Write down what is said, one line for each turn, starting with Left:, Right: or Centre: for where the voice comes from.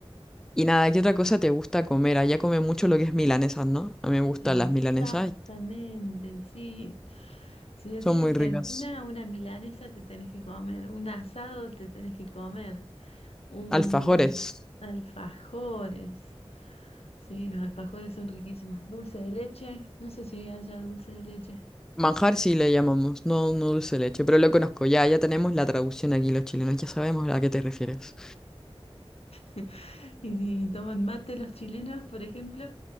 Centre: Y nada, ¿qué otra cosa te gusta comer? Allá come mucho lo que es milanesas, ¿no? A mí me gustan
Left: Exactamente,
Centre: las milanesas,
Left: sí. Si decís
Centre: son muy
Left: Argentina,
Centre: ricas.
Left: una milanesa te tenés que comer, un asado te tenés que comer, un
Centre: Alfajores.
Left: alfajores. Sí, los alfajores son riquísimos. Dulce de leche, no sé si hay allá dulce de leche.
Centre: Manjar sí le llamamos, no, no dulce de leche, pero lo conozco ya, ya tenemos la traducción aquí los chilenos, ya sabemos a qué te refieres.
Left: <laughs> Y si toman mate los chilenos, por ejemplo.